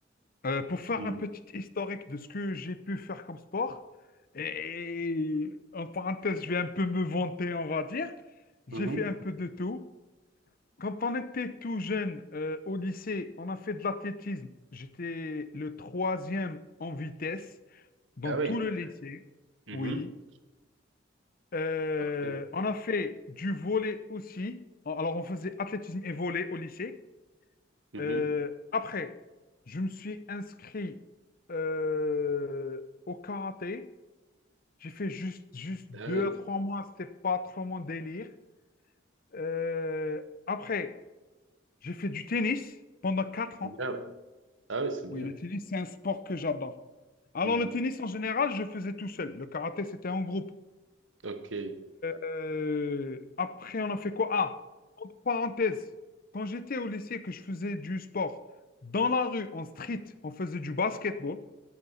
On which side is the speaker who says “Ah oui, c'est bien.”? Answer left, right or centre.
Right